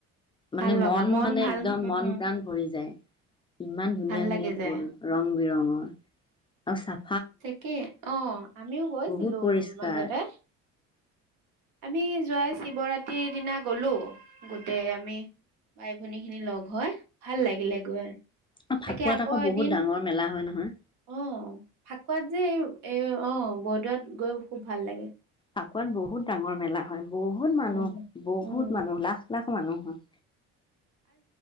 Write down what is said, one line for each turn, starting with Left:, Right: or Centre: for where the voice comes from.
Left: মানে
Right: ভাল লগা
Left: মন মানে
Right: ভাল
Left: একদম
Right: উম
Left: মন প্ৰাণ ভৰি যায় ইমান ধুনীয়া,
Right: ভাল
Left: ধুনীয়া
Right: লাগি যায়
Left: ফুল ৰং বিৰঙৰ। অচ্ছা।
Right: <inaudible> অ', আমিও গৈছিলোঁ
Left: বহুত পৰিষ্কাৰ
Right: মাজতে আমি জোৱাই শিৱৰাত্ৰিৰ দিনা গলোঁ গোটেই আমি বাই ভনী খিনি লগ হয়। ভাল লাগিলে গৈ
Left: অ ফাকুৱাত
Right: তাকে আকৌ এদিন
Left: বহুত ডাঙৰ মেলা হয় নহয়
Right: অ', ফাকুৱাত যে এ অ', ব গৈ খুব ভাল লাগে।
Left: ফাকোৱাত বহুত ডাঙৰ মেলা হয়। বহুত মানুহ
Right: বহুত
Left: বহুত
Right: উম
Left: মানুহ লাখ লাখ। মানুহ হয়